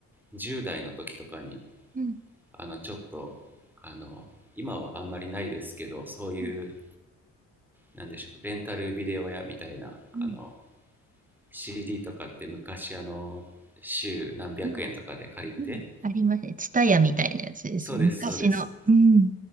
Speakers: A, in the centre; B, on the right.
A: う10代の時とかに
B: うん
A: あのちょっとあの今はあんまりないですけどそういう
B: うん
A: なんでしょうレンタルビデオ屋みたいなあの
B: うん
A: CD とかって昔あの週何百円とかで借りて
B: うんうんありますね。ツタヤみたいなやつですね。
A: そうですそうです
B: 昔の。うん。